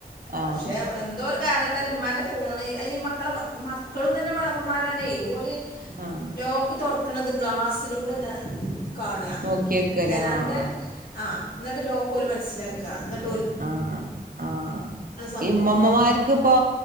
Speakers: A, on the right (about 60°); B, on the left (about 60°).
A: ആഹ്
B: പഷെ എന്തോര് കാരണത്താല് ഇമ്മാന്റെ ഫോണ് അയ്നി മക്കളെ മക്കളും തന്നെ വെളവൻമാരാണേ ഓല്
A: ആഹ്
B: ലോക്ക് തൊർ ക്ക്ന്നത് ഗ്ലാസ് ലൂടെ ദാ കാണ
A: നോക്കിയക്കര
B: ജനാൽൻ്റെ
A: ആഹ്
B: ആ ന്നട്ട് ലോക്കോല് മനസ്സ്ലാക് ത ന്നട്ട്
A: ആ ആ
B: സംഭവം
A: ഈ ഇമ്മമ്മമാര്ക്ക്പ്പൊ